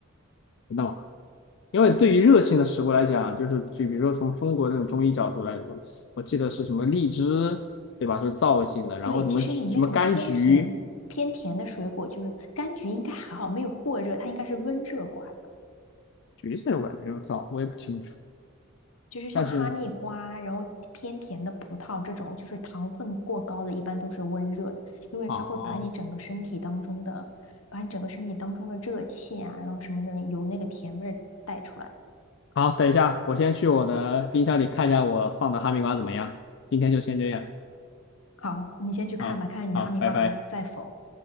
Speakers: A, on the left; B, on the left.
A: 那么，因为对于热性的食物来讲，就是就比如说从中国那种中医角度来说，我记得是什么荔枝，对吧？是燥性的，然后什么橘什么柑橘，
B: 对，其实你那种偏甜偏甜的水果，就是柑橘应该还好，没有过热，它应该是温热瓜的，
A: 橘子我感觉有燥，我也不清楚。
B: 就是像哈密瓜，
A: 但是
B: 然后偏甜的葡萄这种，就是糖分过高的，一般都是温热的，因为它会把你整个身体当中的，
A: 哦，
B: 把你整个身体当中的热气啊，然后什么什么由那个甜味儿带出来。
A: 好，等一下，我先去我的冰箱里看一下我放的哈密瓜怎么样。今天就先这样，
B: 好，你先去看吧，
A: 好，
B: 看看你的哈密瓜还在否。
A: 好，拜拜。